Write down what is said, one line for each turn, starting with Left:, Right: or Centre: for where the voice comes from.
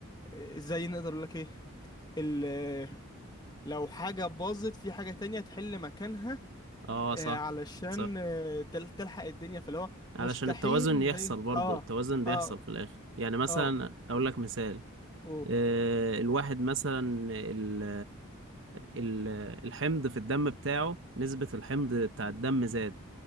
Left: آه، زي نقدر أقول لك إيه ال آه، لو حاجة باظت في حاجة تانية تحل مكانها
Right: اه
Left: آه،
Right: صح
Left: علشان
Right: صح
Left: آه، تل- تلحق الدنيا فاللي هو
Right: علشان
Left: مستحيل
Right: التوازن يحصل
Left: ده
Right: برضو
Left: اه
Right: التوازن بيحصل
Left: اه
Right: في الاخر يعني مثلا
Left: اه
Right: اقول لك مثال
Left: أوه.
Right: آه، الواحد مثلا ال ال الحمض في الدم بتاعه نسبة الحمض بتاع الدم زاد